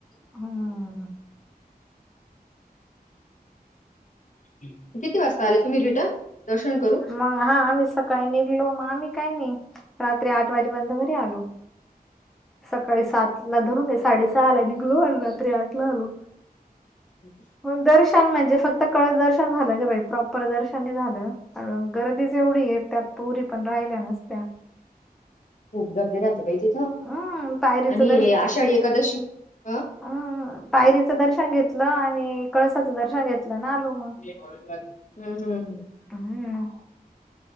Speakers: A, in the centre; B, on the left.
A: हा
B: किती वाजता आले तुम्ही रिटर्न दर्शन करून?
A: मं हा आम्ही सकाळी निघलो मग आम्ही काही नही. रात्री आठ वाजेपर्यंत घरी आलो. सकाळी सातला धरून घे, साडेसहाला निघलो आन रात्री आठला आलो.
B: <inaudible>
A: दर्शन म्हणजे, फक्त कळस दर्शन झालं गं बाई. प्रॉपर दर्शन नाही झालं गं आणि गर्दीच एवढी आहे त्यात पोरी पण राहिल्या नसत्या.
B: खूप गर्दी राहते बाई तिथं
A: हम्म पायरीचं
B: आणि आषाढी एकादशी हं
A: अं, पायरीचं दर्शन घेतलं आणि
B: हम्म
A: कळसाचं दर्शन घेतलं अन् आलो. मग.
B: हम् हम्म हम्.....
A: हम्म,